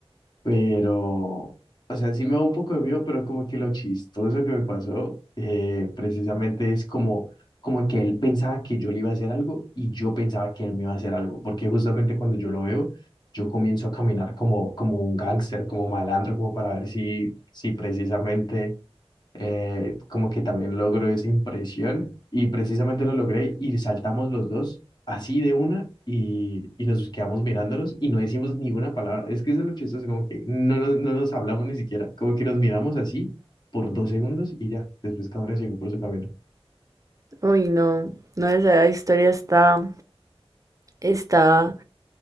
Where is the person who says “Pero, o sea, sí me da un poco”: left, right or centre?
Left